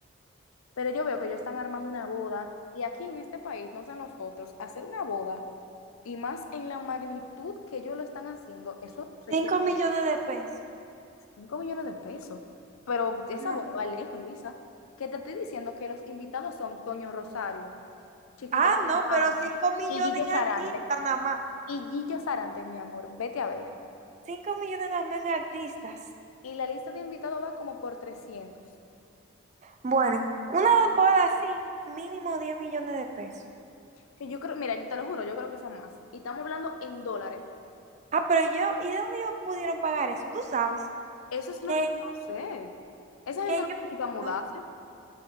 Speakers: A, on the left; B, on the right.
A: pero yo veo que ellos están armando una boda y aquí en este país, no sé en los otros, hacer una boda y más en la magnitud que ellos lo están haciendo, eso requiere
B: Cinco millones de pesos.
A: 5 millones de pesos. Pero esa
B: No.
A: boda va lejos, Luisa. Que te estoy diciendo que los invitados son Toño Rosario, Chiquito
B: Ah, no,
A: Van
B: pero cinco millones
A: y Gillo
B: en
A: Sarante.
B: artistas nada más.
A: Y Gillo Sarante, mi amor, vete a ver.
B: Cinco millones nada más en artistas.
A: Y la lista de invitados va como por 300.
B: Bueno, una boda así, mínimo 10 millones de pesos.
A: Que yo creo, mira, yo te lo juro, yo creo que son más. Y estamos hablando en dólares.
B: Ah, pero yo, ¿y de dónde ellos pudieron pagar eso? Tú sabes
A: Eso es lo
B: que,
A: que yo no sé. Esa gente
B: que
A: no
B: yo,
A: necesita mudarse.
B: ¿no?